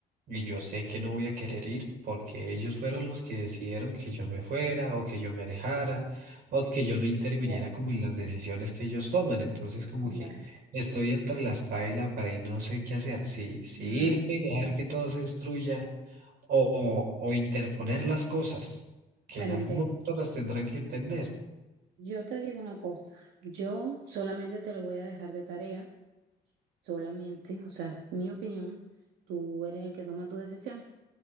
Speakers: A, on the right (about 65°); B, on the right (about 85°).
A: Y yo sé que no voy a querer ir porque ellos fueron los que decidieron que yo me fuera o que yo me alejara o que yo no interviniera
B: Bueno,
A: como en las decisiones que ellos toman. Entonces, como
B: bueno,
A: que... Estoy entre la espada y la pared y no sé qué hacer. Si, si
B: no.
A: irme y dejar que todo se destruya o, o, o interponer las cosas, que
B: Bueno,
A: en algún
B: Andrés,
A: momento las tendrán que entender.
B: yo te digo una cosa, yo solamente te lo voy a dejar de tarea, solamente, o sea, es mi opinión, tú eres el que toma tu decisión.